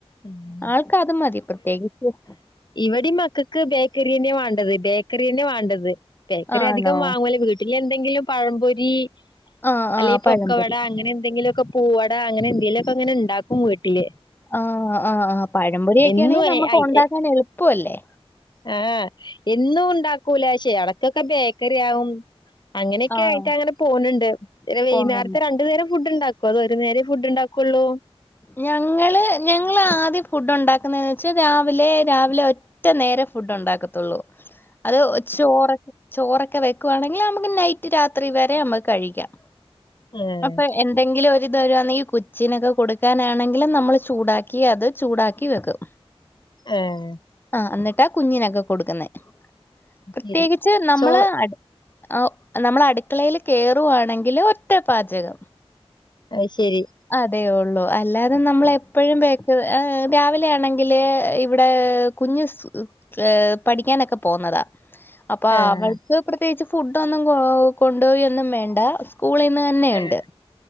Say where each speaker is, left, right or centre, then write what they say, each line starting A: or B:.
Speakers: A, on the left; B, on the left.
A: ഏഹ്
B: ആൾക്കത് മതി പ്രത്യേകിച്ചും
A: ഇവടീം മക്കക്ക് ബേക്കറ്യേന്നെ വാണ്ടത്, ബേക്കറ്യേന്നെ വാണ്ടത് ബേക്കറി
B: ആണോ?
A: അധികം വാങ്ങുല വീ വീട്ട്ലെന്തെങ്കിലും പഴംപൊരി,
B: ആഹ്
A: അല്ലെങ്കി
B: ആഹ് പഴംപൊരി.
A: പൊക്കവട, അങ്ങനെ എന്തെങ്കിലൊക്കെ പൂവട അങ്ങനെ എന്തെലൊക്കെങ്ങനെ ഇണ്ടാക്കും വീട്ടില്.
B: ആഹ് ആഹ് ആഹ് പഴംപൊരി ഒക്കേണെ
A: എന്നും
B: നമ്മക്ക് ഒണ്ടാക്കാനെളുപ്പൊഅല്ലെ?
A: ആഹ് എന്നും ഇണ്ടാക്കൂല ക്ഷേ എടക്കൊക്കെ ബേക്കറി ആവും. അങ്ങനെക്കെ
B: ആഹ്
A: ആയിട്ടങ്ങനെ പോണ് ണ്ട് പിന്നെ വൈന്നേരത്ത്
B: പോന്നുണ്ട്.
A: രണ്ട് നേരം ഫുഡ് ഇണ്ടാ പ്പതൊര്നേരെ ഫുഡ്ണ്ടാക്കൊള്ളൂ.
B: ഞങ്ങള് ഞങ്ങള് ആദ്യം ഫുഡൊണ്ടാക്കുന്നെന്ന് വെച്ചാ രാവിലെ രാവിലെ ഒ ഒറ്റ നേരെ ഫുഡ് ഒണ്ടാക്കത്തൊള്ളൂ. അത് ചോറൊ ചോറൊക്കെ വെക്കുവാണെങ്കിലമ്മക്ക് നൈറ്റ് രാത്രി വരെ നമ്മക്ക് കഴിക്കാം.
A: ആഹ്
B: അപ്പൊ എന്തെങ്കിലും ഒരിത് വരുവാന്നേങ്ങി കുച്ചിനൊക്കെ കൊട് ക്കാനാണെങ്കിലും നമ്മള് ചൂടാക്കി അത് ചൂടാക്കി വെക്കും.
A: ഏഹ്
B: ആഹ് ഇന്ന്ട്ടാ കുഞ്ഞിനൊക്കെ കൊട്ക്ക്ന്നെ പ്രത്യേകിച്ച്
A: ശരി
B: നമ്മള്
A: ചോ
B: ആഹ് നമ്മള് അട്ക്കളേല് കേറുവാണെങ്കില് ഒറ്റ പാചകം.
A: അഹ് ശരി
B: അതെ ഒള്ളൂ അല്ലാതെ നമ്മളെപ്പഴും ബേക്കറ്.. രാവിലെ ആണെങ്കില് ഇവ്ടെ കുഞ്ഞ് സ് പഠിക്കാനൊക്കെ പോവ്ന്നതാ അപ്പൊ
A: ആഹ്
B: അവൾ അവർക്ക് പ്രത്യേകിച്ച് ഫുഡൊന്നും കൊ കൊണ്ടോവെന്നും വേണ്ട സ് കൂളീന്ന് തന്നെയിണ്ട്.
A: ആഹ്